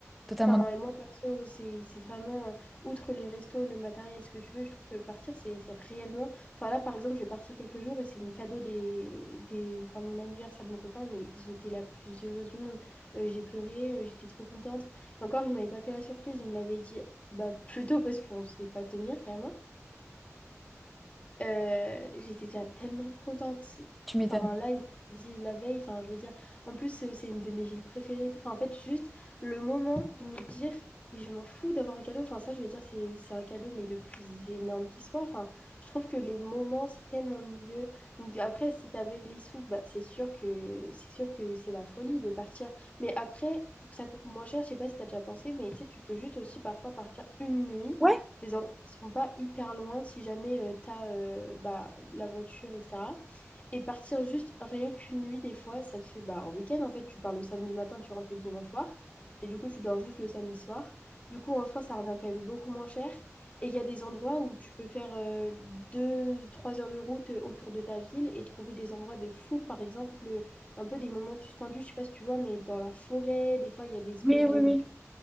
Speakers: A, in the centre; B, on the left (about 25°).
A: Totalement.
B: Enfin,
A: d'accord.
B: et moi, perso, c'est c'est vraiment, euh, outre les restos, le matériel, ce que tu veux, je trouve que partir, c'est c'est réellement... Enfin, là, par exemple, je vais partir quelques jours et c'est mon cadeau des, des... Enfin, mon anniversaire de mon copain, mais j'étais la plus heureuse du monde. Euh, j'ai pleuré, euh, j'étais trop contente. Et encore, il m'avait pas fait la surprise, il me l'avait dit bah, plutôt parce qu'on ne sait pas tenir, carrément. Euh, j'étais déjà tellement contente.
A: Tu m'étonnes.
B: Enfin, là, il me dit la veille, enfin, je veux dire, en plus, euh, c'est une de mes villes préférées. et tout. Enfin, en fait, juste le moment de me dire, mais je m'en fous d'avoir un cadeau. Enfin, ça, je veux dire, c'est, c'est un cadeau, mais le plus énorme qui soit. Enfin, je trouve que les moments, c'est tellement mieux. Donc, après, si t'avais les sous, bah, c'est sûr que c'est sûr que c'est la folie de partir. Mais après, pour que ça coûte moins cher, je sais pas si t'as déjà pensé, mais tu sais, tu peux juste aussi parfois partir une nuit
A: Ouais,
B: des endroits qui sont pas hyper loin si jamais tu as bah, la voiture, etc. Et partir juste rien qu'une nuit, des fois, ça te fait bah, un week-end en fait. Tu pars le samedi matin, tu rentres le dimanche soir. Et du coup, tu dors juste le samedi soir. Du coup, en soi, ça revient quand même beaucoup moins cher. Et il y a des endroits où tu peux faire euh, deux, trois heures de route euh, autour de ta ville et trouver des endroits de fou. Par exemple, euh, un peu des moments suspendus, je sais pas si tu vois, mais dans la forêt, des fois, il y a des espèces
A: oui, oui,
B: de
A: oui.